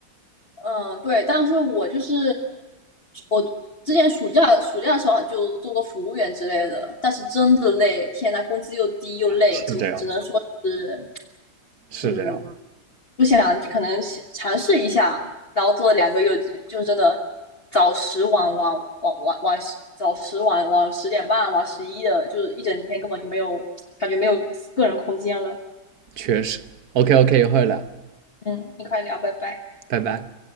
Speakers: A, on the left; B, on the right.
A: 嗯对，但是我就是我之前暑假暑假的时候就做过服务员之类的，但是真的累，天呐，工资又低又累，
B: 是这样，
A: 只只能说是
B: 是这样，
A: 嗯不想就可能尝试一下，然后做了两个月就就真的早十晚晚晚晚晚十早十晚晚十点半晚十一的，就是一整天根本就没有感觉没有个人空间了。
B: 确实。OK OK，一会儿聊，
A: 嗯，你快聊，拜拜。
B: 拜拜。